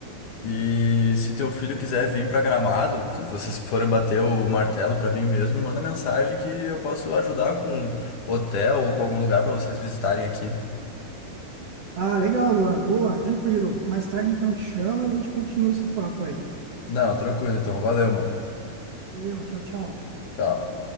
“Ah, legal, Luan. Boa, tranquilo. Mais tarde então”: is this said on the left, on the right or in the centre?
Right